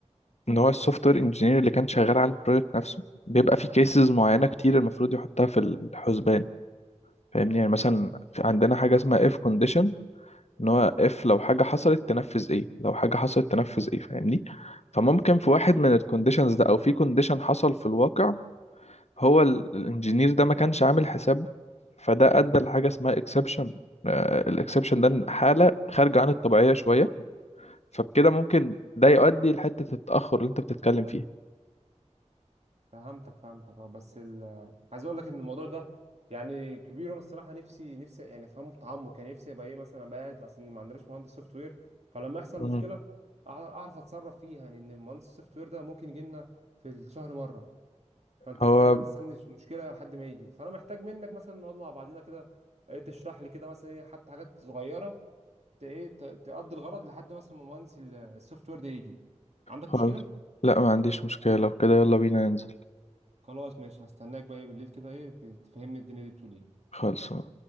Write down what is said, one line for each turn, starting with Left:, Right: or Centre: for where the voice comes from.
Left: ان هو السوفت وير انجينير اللي كان شغال على البروجكت نفسه بيبقى في كيسز معينة كتير المفروض يحطها في الحسبان فاهمني يعني مثلا في- عندنا حاجة اسمها اف كونديشن ان هو اف لو حاجة حصلت تنفذ ايه لو حاجة حصلت تنفذ ايه فاهمني فممكن في واحد من الكونديشنز ده او في كونديشن حصل في الواقع هو ال- الانجينير ده ما كانش عامل حساب فده ادى لحاجه اسمها اكسبشن الاكسبشن ده إن حاله خارجه عن الطبيعيه شويه فبكده ممكن ده يؤدي لحته التاخر اللي انت بتتكلم فيها
Right: فهمتك فهمتك اه بس ال... عايز اقول لك ان الموضوع ده يعني كبير انا الصراحه نفسي نفسي يعني افهمه بتعمق يعني نفسي ابقى ايه مثلا ابقى قاعد اصل ما عندناش مهندس سوفت وير فلما يحصل
Left: مم.
Right: مشكله أع- اعرف اتصرف فيها يعني ان المهندس السوفت وير ده ممكن يجي لنا في الشهر مره فانت
Left: هو
Right: بتخيل بقى مستني مشكله لحد ما يجي فانا محتاج منك مثلا نقعد مع بعضينا كده إيه، تشرح لي كده مثلا ايه حتى حاجات صغيره ت- ايه ت- تقضي الغرض لحد مثلا ما مهندس ال- السوفت وير ده يجي عندك
Left: خلاص
Right: مشكله
Left: لا ما عنديش مشكله لو كده يلا بينا ننزل
Right: خلاص ماشي هستناك بقى بالليل كده ايه ت- تفهمني الدنيا دي بتقول ايه
Left: خلاص